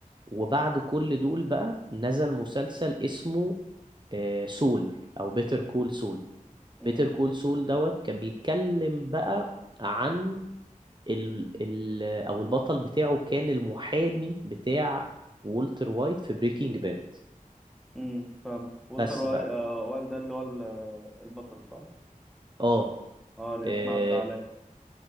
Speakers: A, on the right; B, in the centre.
A: وبعد كل دول بقى نزل مسلسل اسمه آه، سول او بيتر كول سول
B: امم
A: بيتر كول سول دوت كان بيتكلم بقى عن ال ال او البطل بتاعه كان المحامي بتاع وولتر وايت في بريكنج باد
B: امم فهمت والتر
A: بس
B: واي-
A: بقى
B: آه، وايلد ده اللي هو ال- البطل صح
A: اه
B: اه الاسم
A: آه،
B: عدى عليا